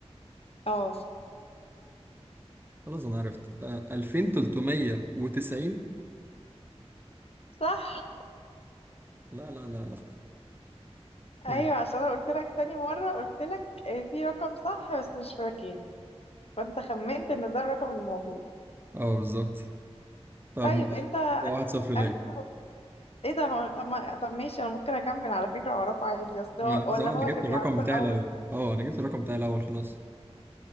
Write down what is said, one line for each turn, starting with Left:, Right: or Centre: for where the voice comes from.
Left: اه
Right: خلاص انا عرفت ده 2390
Left: صح
Right: لا لا لا لا
Left: ايوه
Right: إيه؟
Left: عشان انا قلت لك تاني مرة قلت لك آه، في رقم صح بس مش في مكانه فانت خمنت ان ده الرقم الموجود
Right: اه بالظبط طب
Left: طيب
Right: ماشي
Left: انت ال-
Right: واحد صفر ليا
Left: ألف رو- ايه ده هو طب ما طب ماشي انا ممكن اكمل على فكرة واعرفه عادي اصل
Right: ماليش
Left: هو ولا
Right: اه
Left: هو
Right: انا جبت
Left: اللي بيعرفه
Right: الرقم بتاعي
Left: الاول
Right: الاول اه انا جبت الرقم بتاعي الاول خلاص